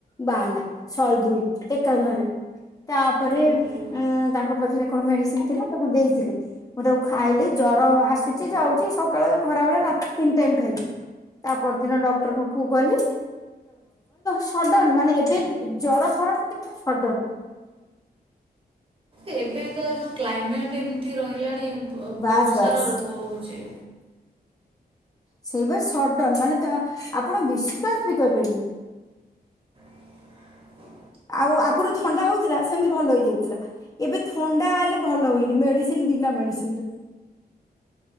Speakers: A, on the left; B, on the right.
A: ବାଲା ଶହେ ଦୁଇ ଏକାଧରେ ତାପରେ
B: ଓହୋ
A: ତାଙ୍କ ପାଖରେ କଣ ମେଡିସିନ ଥିଲା ତାକୁ ଦେଇଥିଲି ମୁଁ ତାକୁ ଖାଇଲି ଜର ଆସୁଛି ଯାଉଛି ସକାଳେ ଖରା ବଳେ ରାତି ତିନି ଟାଇ ଖାଇଲି ତା ପରଦିନ ଡକ୍ଟର ପାଖକୁ ଗଲି ସଡନ ମାନେ ଏବେ ଜର ପନ୍ତି ସଡନ।
B: ଏବେତ ଯେଉ କ୍ଲାଇମେଟ୍ ଏମିତି ରହିଲାଣି
A: ବାସ୍
B: ବହୁତ ସାରା
A: ବାସ୍।
B: ରୋଗ ହଉଛେ।
A: ସେଇ ବା ସଡନ ମାନେ ତ ଆପଣ ବିଶ୍ଵାସ ବି କରିପାରିବେନି।
B: ହ <unintelligible>
A: ଆଉ ଆଗୁରୁ ଥଣ୍ଡା ହଉଥିଲା, ସେମିତି ଭଲ ହେଇଯାଉଥିଲା। ଏବେ ଥଣ୍ଡା ହେଲେ ଭଲ ହୁଏନି, ମେଡିସିନ ବିନା ମେଡିସିନ ରେ।